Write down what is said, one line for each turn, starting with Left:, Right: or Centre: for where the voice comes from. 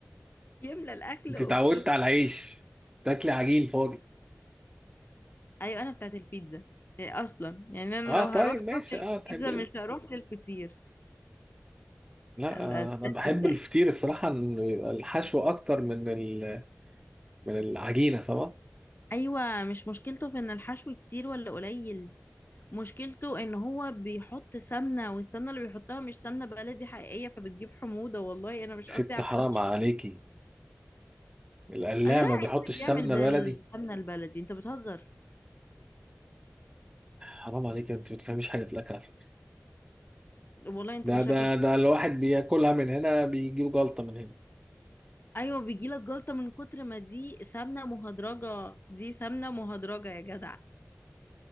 Left: يملى الاكل
Right: انت
Left: اوكي
Right: اتعودت على العيش تاكلي عجين فاضي
Left: ايوه انا بتاعت البيتزا إيه اصلا يعني انا
Right: اه
Left: لو
Right: طيب
Left: هروح اروح
Right: ماشي اه تحب
Left: للبيتزا
Right: ال...
Left: مش هروح للفطير
Right: لا
Left: أنا-
Right: آه
Left: ده
Right: انا بحب
Left: مبدأ
Right: الفطير الصراحه انه يبقى الحشو اكتر من ال... من العجينه فاهمه
Left: ايوه مش مشكلته في ان الحشو كتير ولا قليل مشكلته ان هو بيحط سمنه والسمنه اللي بيحطها مش سمنه بلدي حقيقيه فبتجيب حموضه والله انا مش
Right: ست
Left: قصدي على
Right: حرام
Left: الحشو
Right: عليكي القلاع
Left: لا
Right: ما
Left: عيسى
Right: بيحطش
Left: بيعمل
Right: سمنه
Left: بالسمنة
Right: بلدي
Left: البلدي انت بتهزر
Right: حرام عليك انت ما بتفهميش حاجه في الاكل على فكره
Left: والله انت
Right: ده
Left: اللي شكلك
Right: ده ده الواحد بياكلها من هنا بيجيله جلطه من هنا
Left: ايوه بيجيلك جلطة من كتر ما دي سمنة مهدرجة دي سمنة مهدرجة يا جدع